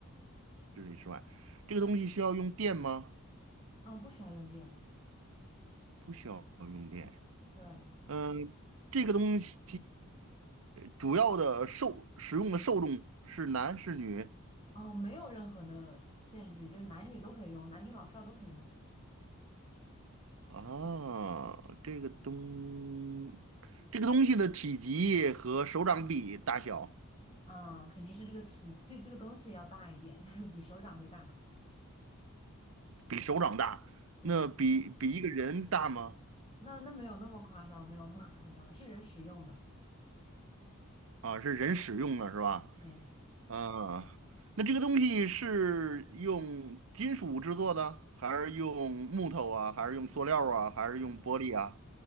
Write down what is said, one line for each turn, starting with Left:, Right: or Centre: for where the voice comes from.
Right: 室外，这个东西需要用电吗？
Left: 嗯，不需要用电。
Right: 不需要用电。
Left: 对，
Right: 嗯，这个东西主要的受使用的受众是男是女？
Left: 哦，没有任何的限制，就是男女都可以用，男女老少都可以用
Right: 啊，这个东，这个东西的体积和手掌比大小，
Left: 啊，肯定是这个体，这这个东西要大一点，<laughs> 就是比手掌会大。
Right: 比手掌大，
Left: 对，
Right: 那比比一个人大吗？
Left: 那那没有那么夸张，没有那么夸张，是人使用的。
Right: 啊，是人使用的是吧？
Left: 对，
Right: 啊，那这个东西是用金属制作的，还是用木头啊，还是用塑料啊，还是用玻璃啊？